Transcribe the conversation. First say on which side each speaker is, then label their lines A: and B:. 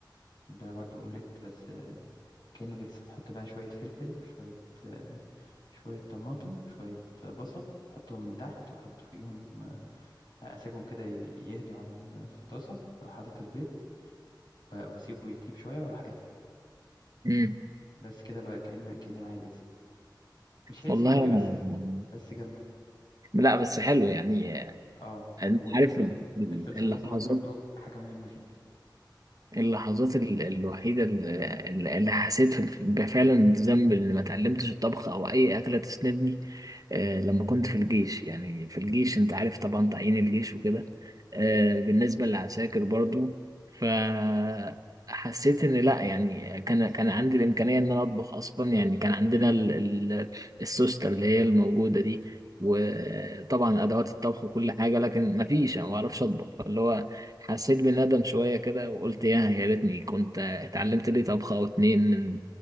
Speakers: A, on the left; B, on the right.
A: ده برضو اومليت بس آه، كأنه بيتزا حط بقى شوية فلفل وشوية آه، شوية طماطم شوية بصل حطهم من تحت وأحط فيهم آه، أسيبهم كده ي- يهدوا على ال- في الطاسة أروح حاطط البيض و- وأسيبه يطيب شوية وأروح قالب
B: امم
A: بس كده بقى كأن كأن معايا بيتزا مش هيلسي
B: والله
A: قوي
B: انا
A: بس
B: أنا-
A: بس جامدة
B: لا بس حلو يعني آه،
A: اه
B: انت
A: والفلفل
B: عارف ال- ال-
A: الفلفل
B: اللحظات
A: الأسمر برضو حاجة مهمة فيه
B: اللحظات ال- الوحيدة اللي, اللي حسيت في- فعلا بذنب إن ما اتعلمتش الطبخ أو أي أكلة تسندني آه، لما كنت في الجيش يعني في الجيش أنت عارف طبعا تعيين الجيش وكده آه، بالنسبة للعساكر برضو فحسيت إن لأ يعني كان كان عندي الإمكانية إن أنا أطبخ أصلا يعني كان عندنا ال- ال- السوستة اللي هي الموجودة دي وطبعا أدوات الطبخ وكل حاجة لكن مفيش أنا ما بعرفش أطبخ فاللي هو حسيت بالندم شوية كده وقلت يا يا ريتني كنت اتعلمت لي طبخة أو اتنين من